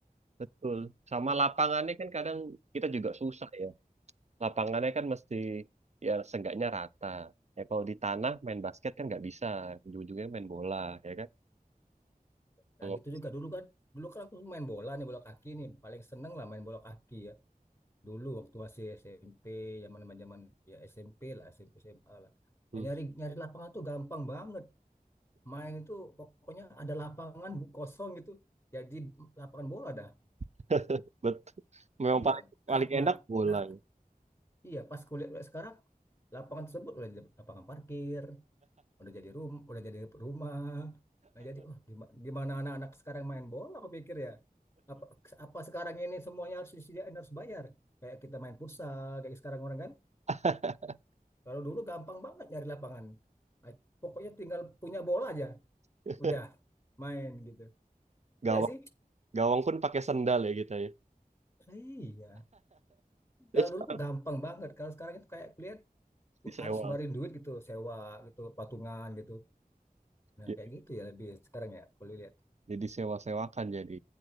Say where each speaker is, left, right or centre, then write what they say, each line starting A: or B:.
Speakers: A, on the right; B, on the left.
A: betul sama lapangannya kan kadang kita juga susah ya lapangannya kan mesti ya seenggaknya rata ya kalau di tanah main basket kan nggak bisa ujung-ujungnya main bola ya kan
B: Nah
A: kalau
B: gitu juga dulu kan, dulu kan aku main bola nih bola kaki nih, paling seneng lah main bola kaki ya. Dulu waktu masih SMP, zaman zaman ya SMP lah, SMP SMA lah. Nah,
A: Hmm,
B: nyari nyari lapangan tuh gampang banget. Main itu pokoknya ada lapangan bu- kosong gitu, jadi lapangan bola dah.
A: <laughs> betul memang
B: Iya,
A: paling
B: kayak
A: paling
B: ma-
A: enak bola
B: nah
A: ya.
B: iya pas kulihat sekarang lapangan tersebut udah jadi lapangan parkir, udah jadi room, udah jadi rumah. Nah, jadi wah gima- gimana anak-anak sekarang main bola aku pikir ya. Apa apa sekarang ini semuanya harus disediain harus bayar. Kayak kita main futsal kayak sekarang orang kan.
A: <laughs>
B: Kalau dulu gampang banget nyari lapangan. Ah, Pokoknya tinggal punya bola aja,
A: <laughs>
B: udah main gitu.
A: Gawang,
B: Enggak sih?
A: gawang pun pakai sendal ya kita ya.
B: Lah, Iya. Kalau
A: Ya, sekarang
B: dulu tuh gampang banget. Kalau sekarang itu kayak lihat
A: Disewa.
B: harus ngeluarin duit gitu, sewa gitu, patungan gitu. Nah,
A: Ya,
B: kayak gitu ya lebih sekarang ya, kalau lihat.
A: Jadi sewa-sewakan jadi.